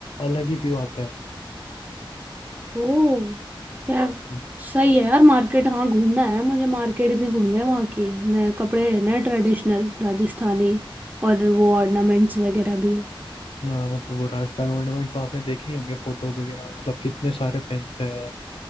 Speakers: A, on the left; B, on the right.
A: अलग ही व्यू आता है
B: ओ यार
A: हम्म,
B: सही है यार मार्केट हाँ घूमना है मुझे मार्केट भी घूमना है वहाँ के नए कपड़े लेने हैं ट्रेडिशनल राजस्थानी और वो ऑर्नामेंट्स वगैरह भी
A: हाँ मतलब वो राजस्थान ऑर्नामेंट तो आपने देखे ही होंगे फोटोज वगैरह में, मतलब कितने सारे पहनते हैं